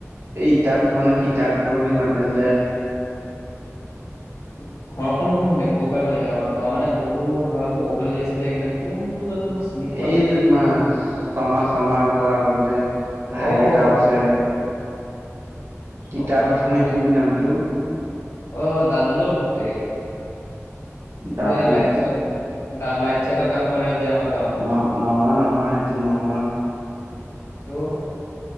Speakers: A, on the right; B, on the left.
A: এই ইতাৰ্থ নে সীতাৰ্থ বুলি মাতে যে
B: <unintelligible> ঘৰখন কোনখিনিত ক'ব পাৰিব নেকি আমাৰ গাঁৱৰ ৱৰ মানে বহু ল'ৰা সৰু পোৱালি আছে যে এইকাৰণ কোনটো মানুহ মই চিনি পোৱা
A: এই
B: নাই।
A: যে তোমাৰ শৰ্মা শৰ্মা ঘৰ আগত যে ভাইকেইটাও
B: অ'
A: আছে
B: শৰ্মা
A: কিতাৰ্থ
B: ঘৰ
A: নে কি বুলি নামটো
B: অ দাদুলৰ পুতেক
A: দাদু
B: এই যে লাইট চাট লাইট চাইটৰ কাম কৰে যে আমাক
A: নহ নহয় নহয় সেইটো নহয়
B: ত